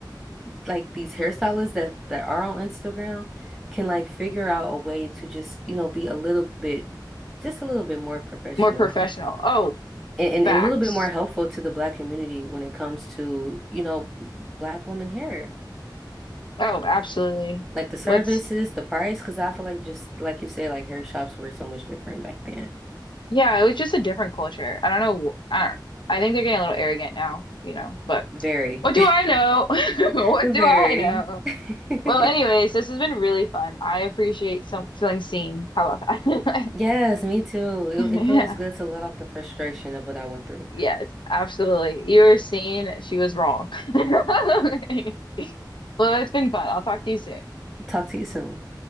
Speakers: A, in the centre; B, on the left.
A: like these hairstylists that that are on Instagram can like figure out a way to just, you know, be a little bit, just a little bit more professional
B: More professional.
A: <laughs>
B: Oh,
A: and, and,
B: facts.
A: and a little bit more helpful to the black community when it comes to, you know, black woman hair.
B: Oh, absolutely.
A: Like the services,
B: What's
A: the price, because I feel like just like you say, like hair shops were so much different back then.
B: yeah, it was just a different culture. I don't know. I don't, I think they're getting a little arrogant now, you know, but
A: Very,
B: what do I know? <laughs> What
A: <laughs> very.
B: do I know?
A: <laughs>
B: Well, anyways, this has been really fun. I appreciate some feeling seen. How about that?
A: Yes, me too. It,
B: <laughs> Yeah.
A: it feels good to let off the frustration of what I went through.
B: Yes, absolutely. You were seen. She was wrong. <laughs> Well, it's been fun. I'll talk to you soon.
A: <laughs> Talk to you soon.